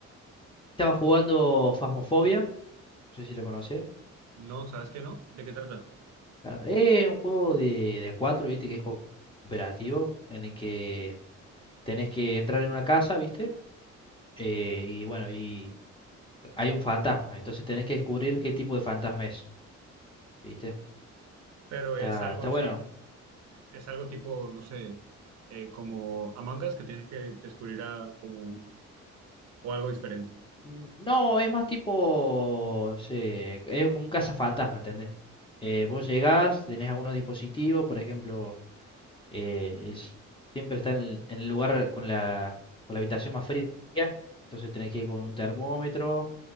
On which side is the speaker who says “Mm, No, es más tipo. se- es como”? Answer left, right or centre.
Left